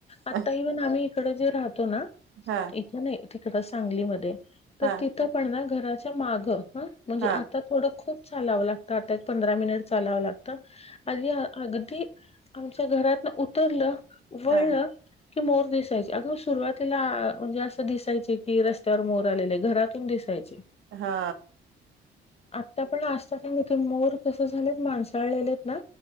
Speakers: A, on the left (about 30°); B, on the right (about 80°).
A: आताही
B: हां,
A: पण आम्ही इकड जे राहतो ना
B: हां,
A: इथे नाही तिकड सांगलीमध्ये तर
B: हां,
A: तिथं पण ना घराच्या माग म्हणजे
B: हां,
A: आता थोड खूप चालावं लागत आता एक पंधरा मिनिट चालावं लागतं आध अगदी आमच्या घरातन उतरलं वळलं
B: हां.
A: की मोर दिसायचे अगं सुरुवातीला म्हणजे असं दिसायचे की रस्त्यावर मोर आलेले आहे घरातून दिसायचे
B: हा
A: आता पण आताात ना तिथे मोर तस झाम माणसाळलेलेत ना